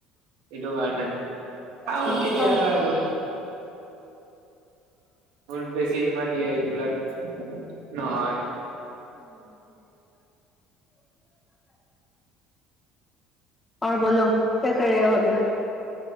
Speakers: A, on the right; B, on the left.
A: এইটো কাৰণে। খাও
B: সেইটো
A: কেতিয়াবা
B: হয়।
A: আৰু। মোৰ বেছি ইমান ই এইবিলাক নহয়।
B: ঔৰ বলো ক্যা কৰ ৰহে হো অভী